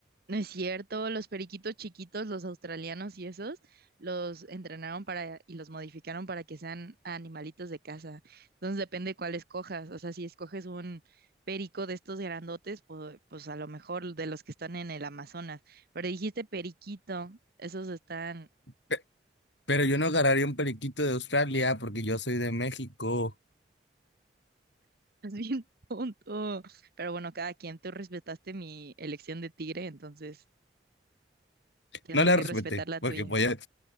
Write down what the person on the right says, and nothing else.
No es cierto, los periquitos chiquitos, los australianos y esos, los entrenaron para y los modificaron para que sean animalitos de casa. Entonces depende cuál escojas. O sea, si escoges un perico de estos grandotes, pues, pues a lo mejor de los que están en el Amazonas. Pero dijiste periquito, esos están,
<laughs> es bien tonto. Pero bueno, cada quien, tú respetaste mi elección de tigre, entonces tendré
que
respetar la
tuya.